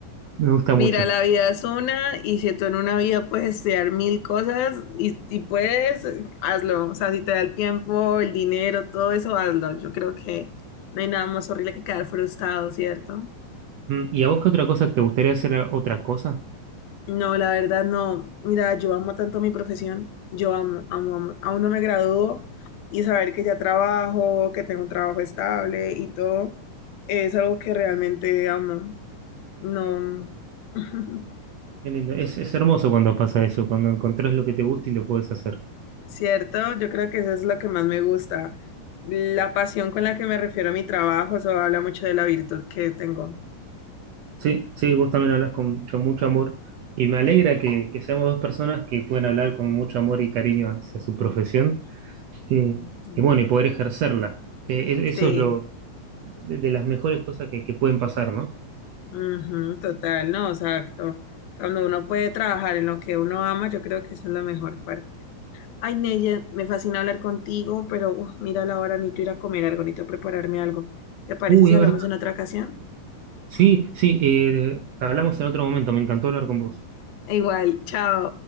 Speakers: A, on the right (about 70°); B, on the left (about 85°).
A: me gusta
B: Mira,
A: mucho.
B: la vida es una y si tú en una vida puedes estudiar mil cosas y, y puedes, hazlo. O sea, si te da el tiempo, el dinero, todo eso, hazlo. Yo creo que no hay nada más horrible que quedar frustrado, ¿cierto?
A: Mm, ¿Y a vos qué otra cosa? ¿Te gustaría hacer otra cosa?
B: No, la verdad no. Mira, yo amo tanto mi profesión. Yo amo, amo, amo. Aún no me gradúo y saber que ya trabajo, que tengo un trabajo estable y todo, es algo que realmente amo. No, no. <laughs>
A: Qué lindo. Es, es hermoso cuando pasa eso, cuando encontrás lo que te gusta y lo puedes hacer.
B: Cierto, yo creo que eso es lo que más me gusta. La pasión con la que me refiero a mi trabajo, eso habla mucho de la virtud que tengo.
A: Sí, sí, vos también hablas con, con mucho amor y me alegra que, que seamos dos personas que pueden hablar con mucho amor y cariño hacia su profesión eh,
B: Ujú.
A: y bueno, y poder ejercerla. Eh, e-
B: Sí,
A: eso es lo de, de las mejores cosas que, que pueden pasar, ¿no?
B: ujú, total, no, exacto. Cuando uno puede trabajar en lo que uno ama, yo creo que eso es la mejor parte. Ay, Neye, me fascina hablar contigo, pero uf, mira la hora, necesito ir a comer algo, necesito prepararme algo. ¿Te parece
A: Uy,
B: si
A: es
B: hablamos
A: verdad.
B: en otra ocasión?
A: Sí, sí, eh, hablamos en otro momento, me encantó hablar con vos.
B: E Igual, chao.